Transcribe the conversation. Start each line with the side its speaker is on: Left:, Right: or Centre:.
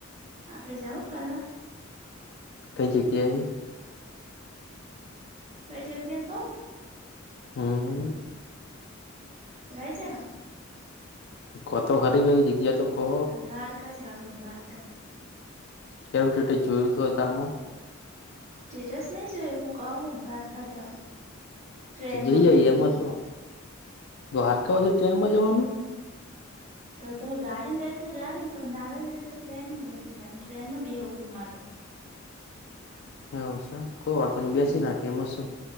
Right: આપડે જાઉ ફરવા
Left: કઈ જગ્યાએ.
Right: ક જો અગ્યા કો.
Left: હમ્મ.
Right: રહીજા હો.
Left: કતો ખરીબ એ જગ્યા તો કો
Right: દ્વારકા જાઓ હૈ દ્વારકા.
Left: કેમું રીતેર જોયું હતું અ તારમાં
Right: સ્ટેટસ નહી જોઈ હું ક દ્વારકા જાવ ટ્રેનમાં
Left: તો જઈ જઈ
Right: બેસી
Left: એમાં શું દ્વારકામાંથી ટ્રેન માં જવાનું
Right: તમે ગાડી ને કરીજ તો ગાડી ને પણ ના લગ પ ટ્રેન માં બેસીને જાયને ટ્રેનમાં બ બે એવું મારે
Left: એવ સર કોઈ વાતો નહી બેસી
Right: હમ
Left: નાખી એમાં શું